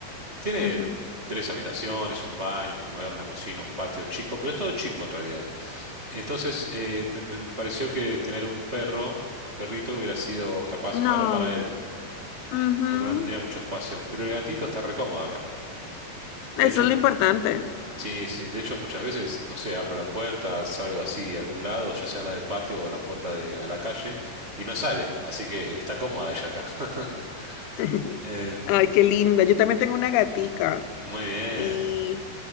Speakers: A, on the right; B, on the left.
A: Tiene
B: Ujú.
A: tres habitaciones, un baño, un comedor, una cocina, un patio chico, pero es todo chico en realidad. Entonces, eh, me me- me pareció que tener un perro, un perrito, hubiera sido capaz
B: No.
A: malo para él
B: Ujú.
A: porque no tendría mucho espacio. Pero el gatito está recómodo acá.
B: Eso
A: De hecho,
B: es
A: much-
B: lo importante.
A: sí, sí, de hecho muchas veces, no sé, abro la puerta, salgo así a algún lado, ya sea la del patio o la puerta de, a la calle, y no sale, así que está cómoda ella acá. <laughs>
B: <laughs>
A: Em,
B: Ay, qué linda. Yo también tengo una gatica.
A: muy bien.
B: Y